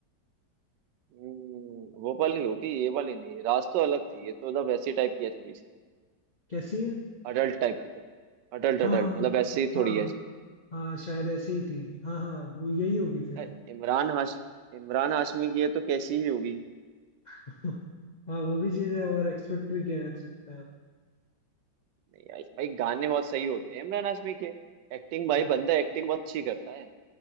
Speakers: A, on the right; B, on the left.
A: हम्म, वो वाली होगी ये वाली नहीं राज तो अलग थी ये तो मतलब वैसी टाइप की है थोड़ी सी
B: कैसी है
A: अडल्ट टाइप की थोड़ी अडल्ट
B: हाँ
A: अडल्ट
B: हाँ
A: मतलब ऐसी
B: हाँ
A: थोड़ी है अजीब
B: हाँ शायद ऐसे ही थी हाँ हाँ वो यही होगी फिर
A: अ,
B: वो
A: इमरान हाश इमरान हाशमी की है तो कैसी ही होगी
B: <laughs> हाँ वो भी चीजें और एक्सपेक्ट भी किया कर सकते हैं हम
A: नहीं यार, भाई गाने बहुत सही होते हैं इमरान हाशमी के एक्टिंग भाई
B: हाँ।
A: बंदा एक्टिंग बहुत अच्छी करता है